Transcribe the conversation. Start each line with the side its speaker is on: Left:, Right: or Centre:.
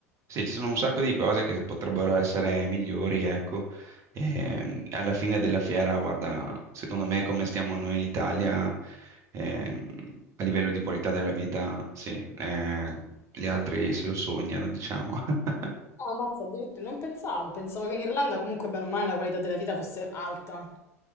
Right: Sì, ci sono un sacco di cose che potrebbero essere migliori, ecco. E alla fine della fiera, guarda, secondo me come stiamo noi in Italia, ehm, a livello di qualità della vita, sì, eh, gli altri se lo sognano, diciamo. <laughs>
Left: Ah, ammazza, addirittura non pensavo, pensavo che in Irlanda comunque bene o male la qualità della vita fosse alta.